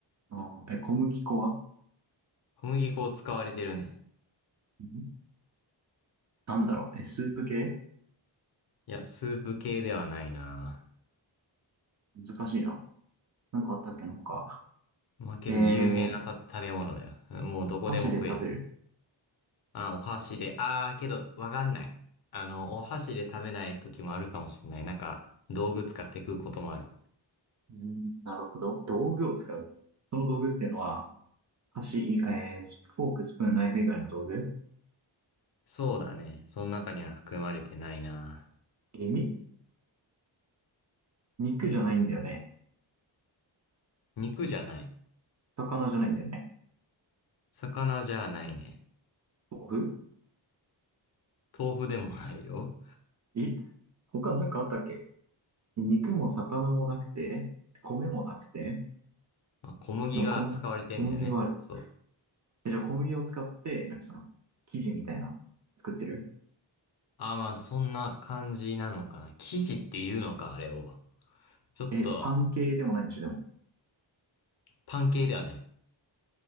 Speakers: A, on the right (about 40°); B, on the left (about 55°).
A: あーえ、小麦粉は
B: 小麦粉を使われてるね。
A: んなんだろうえ、スープ系
B: いや、スープ系ではないな。
A: 難しいな。なんかあったっけな他。
B: まあ、けど有名なた食べ物だよ。
A: えー、
B: もうどこでも食える。
A: 箸で食べる。
B: まあ、お箸で。あー、けど、わかんない。あの、お箸で食べない時もあるかもしれない。なんか、道具使って食うこともある。
A: うんなるほど。道具を使う。その道具っていうのは、箸以外、えースフォーク、スプーン、ナイフ以外の道具
B: そうだね。その中には含まれてないな。
A: え、み肉じゃないんだよね。
B: 肉じゃない。
A: 魚じゃないんだよね。
B: 魚じゃないね。
A: 豆腐
B: 豆腐でもないよ。
A: え他なんかあったっけ肉も魚もなくて、米もなくて、
B: まあ、小麦が使われてんだよね。
A: でも小麦、小麦はある。
B: そう。
A: え、じゃあ小麦を使って、なんかその、生地みたいな、作ってる
B: あ、まあ、そんな感じなのかな。生地っていうのか、あれを。ちょっと、
A: え、パン系でもないんでしょ、でも。
B: パン系ではない。